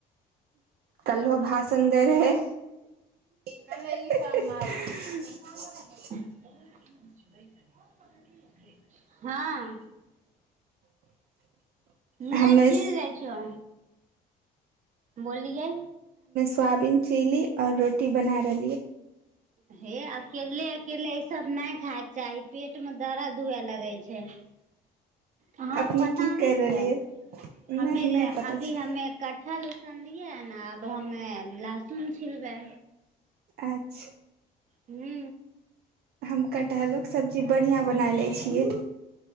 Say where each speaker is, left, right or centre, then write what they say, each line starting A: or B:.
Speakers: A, on the right (about 65°); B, on the right (about 45°).
A: कल्हो भाषण दे रहेै क <inaudible> <unintelligible>
B: ओ जुल कड़ी हँ नहि
A: हमे
B: छील दै छीयौ बोललिय
A: सोआबीन चिललीऔ रोटी बना रहे
B: हे अकल अकेल सब नहि खायके चाही पेट में दराा धुए लगे छै हहा
A: अपने
B: पता
A: की कर
B: नहि
A: रहलियै
B: छै हमे
A: नहि नहि
B: जे
A: पता
B: अभी
A: छै
B: हमे कट्ठा लुसन दियै ने अब हमे लहसुन छिलबै
A: अच्छा
B: हू
A: हम कटहलो के सब्जी बढ़िया बना ले छी छियै